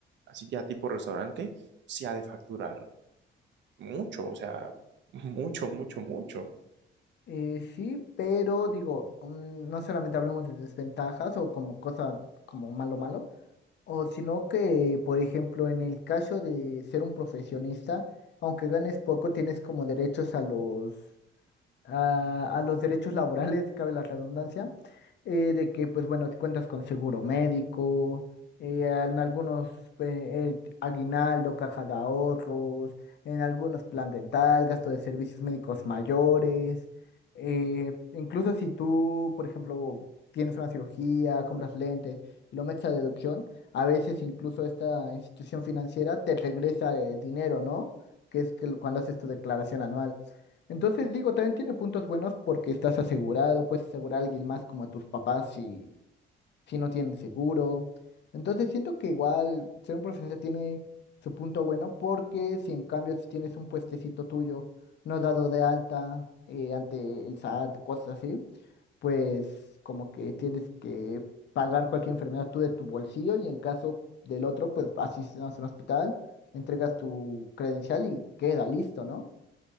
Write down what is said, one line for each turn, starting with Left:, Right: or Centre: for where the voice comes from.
Right: así ya tipo restaurante, sí ha de facturar mucho, o sea, <laughs> mucho, mucho, mucho.
Left: Eh, sí, pero digo, mm, no solamente hablamos de desventajas o como cosa como malo malo, o sino que, por ejemplo, en el caso de ser un profesionista, aunque ganes poco, tienes como derechos a los a, a los derechos laborales, <laughs> cabe la redundancia, eh, de que, pues bueno, te cuentas con seguro médico, eh, en algunos pues, eh, aguinaldo, caja de ahorros, en algunos plan dental, gasto de servicios médicos mayores, eh, incluso si tú, por ejemplo, tienes una cirugía, compras lentes y lo metes a deducción, a veces incluso esta institución financiera te regresa eh, dinero, ¿no? que es que lo- cuando haces tu declaración anual. Entonces digo, también tiene puntos buenos porque estás asegurado, puedes asegurar a alguien más como a tus papás si, si no tienen seguro. Entonces siento que igual ser un profesionista tiene su punto bueno porque si en cambio si tienes un puestecito tuyo no dado de alta eh, ante el SAT, cosas así, pues como que tienes que pagar cualquier enfermedad tú de tu bolsillo y en caso del otro, pues asistes a un hospital, entregas tu credencial y queda listo, ¿no?